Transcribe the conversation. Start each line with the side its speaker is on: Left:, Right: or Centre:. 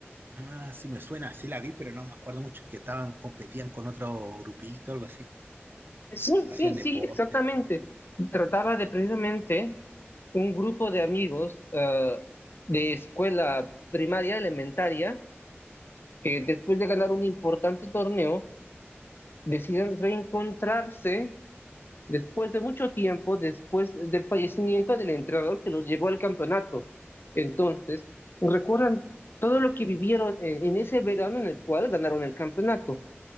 Right: Ah, sí me suena, sí la vi, pero no me acuerdo mucho, que estaban, competían con otro grupito, algo así,
Left: Sí,
Right: hacían
Left: sí, sí,
Right: deportes.
Left: exactamente. Trataba de precisamente un grupo de amigos ah, de escuela primaria elementaria que después de ganar un importante torneo deciden reencontrarse después de mucho tiempo, después del fallecimiento del entrenador que los llevó al campeonato. Entonces, recuerdan todo lo que vivieron en, en, ese verano en el cual ganaron el campeonato,